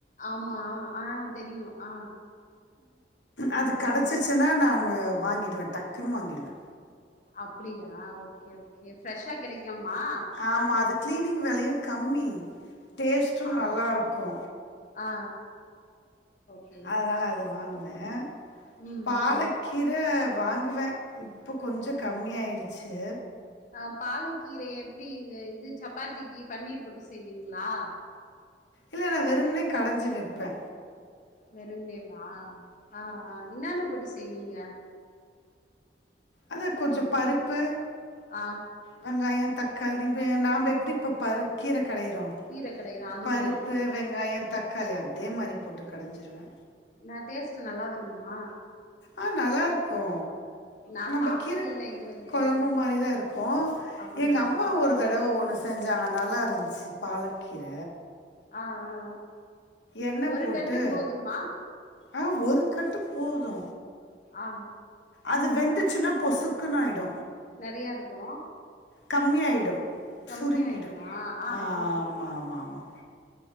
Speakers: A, on the left (about 45°); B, on the left (about 85°).
A: ஆமா ஆ தெரியு ஆ
B: அது
A: ஆ
B: கடச்சிச்சினா நானு வாங்கிடுவே டக்குனு வாங்கிடுவே
A: அப்டியா ஓகே ஓகே ஃப்ரெஷ்ஷா கெடைக்கும்மா
B: ஆமா அது க்ளீனிங் வேலயு கம்மி டேஸ்ட்டூ நல்லாருக்கூ
A: அ ஆ ஓகே
B: அதுனால அது வாங்குவே
A: ம்
B: பாலக்
A: ம்
B: கீர வாங்குவ இப்போ கொஞ்சோ கம்மியாயிடுச்சு
A: அ பாலக்கீரய எப்டி இது சப்பாத்திக்கி பன்னீர் போட்டு செய்வீங்ளா
B: இல்ல நா வெறும்னே கடைஞ்சி வெப்பே
A: வெறும்னேவா ஆ ஆ இன்னென்ன போட்டு செய்வீங்க
B: அதா கொஞ்சோ பருப்பு
A: ஆ
B: வெங்காயோ தக்காளி இப்ப நாம்ப எப்டி இப்போ பரு கீர கடயிறோ
A: கீர கடையிற அது
B: பருப்பு
A: மாரி
B: வெங்காயோ தக்காளி அதே மாரி போட்டு கடஞ்சிருவே
A: நா டேஸ்ட் நல்லா வருமா
B: ஆ நல்லாருக்கூ
A: நா
B: நம்ப
A: சாப்ட்டது
B: கீர
A: இல்ல இது வரைக்கு
B: கொழம்பு மாரிதா இருக்கூ
A: அப்டியா
B: எங்க அம்மா ஒரு ஒரு தடவ ஒண்ணு செஞ்சாங்க நல்லா இருந்ச்சு பாலக்கீர
A: ஆ ஆ
B: எண்ணெ
A: ஒரு
B: போட்டு
A: கட்டு போதுமா
B: ஆ ஒரு கட்டு போது
A: ஆ
B: அது வெந்துச்சுனா பொசுக்குன்னு ஆயிடு
A: நெறையா இருக்கூ
B: கம்மியாய்டு
A: கம்மியாயிடுமா
B: சுருங்கிடு
A: ஆ
B: ஆமா
A: ஆ
B: ஆமா ஆமா